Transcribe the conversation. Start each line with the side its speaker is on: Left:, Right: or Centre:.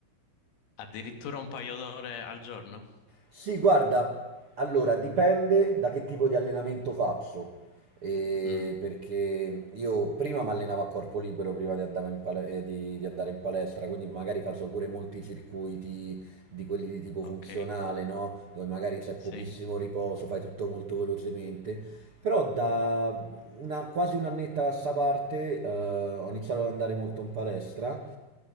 Left: Addirittura un paio d'ore al giorno?
Right: Sì, guarda, allora dipende da che tipo di allenamento faccio, Eh,
Left: Mm,
Right: perché io prima mi allenavo a corpo libero prima di, andavo in pale- eh, di- di andare in palestra, quindi magari faccio pure molti circuiti di quelli di tipo
Left: ok,
Right: funzionale, no? Dove magari c'è pochissimo
Left: sì,
Right: riposo, fai tutto molto velocemente, però da una- quasi un'annetta a sta parte eh, ho iniziato ad andare molto in palestra.